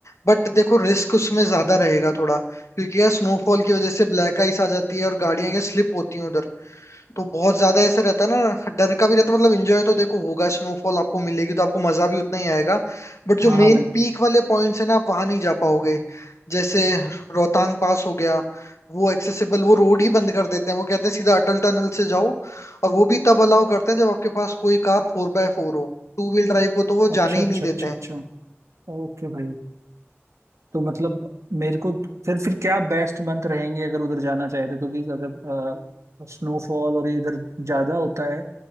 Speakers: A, on the left (about 80°); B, on the right (about 80°).
A: बट देखो रिस्क उसमें ज्यादा रहेगा थोड़ा क्योंकि यार स्नोफॉल की वजह से ब्लैक आइस आ जाती है और गाड़ियां ये स्लिप होती हैं उधर तो बहुत ज्यादा ऐसे रहता है ना डर का भी रहता है मतलब एंजॉय तो देखो होगा स्नोफॉल आपको मिलेगी तो आपको मजा भी उतना ही आएगा बट जो
B: हाँ
A: मेन
B: हाँ भाई
A: पीक वाले पॉइंट्स है ना आप वहां नहीं जा पाओगे जैसे रोहतांग पास हो गया वो एक्सेसिबल वो रोड ही बंद कर देते हैं वो कहते हैं सीधा अटल टनल से जाओ और वो भी तब अलाउ करते हैं जब आपके पास कोई कार फोर बाय फोर हो टू व्हील ड्राइव को तो वो
B: अच्छा
A: जाने ही
B: अच्छा
A: नहीं देते
B: अच्छा
A: हैं
B: अच्छा ओके भाई तो मतलब मेरे को फिर फिर क्या बेस्ट मंथ रहेंगे अगर उधर जाना चाहे तो क्योंकि अगर स्नोफॉल और ये इधर ज्यादा होता है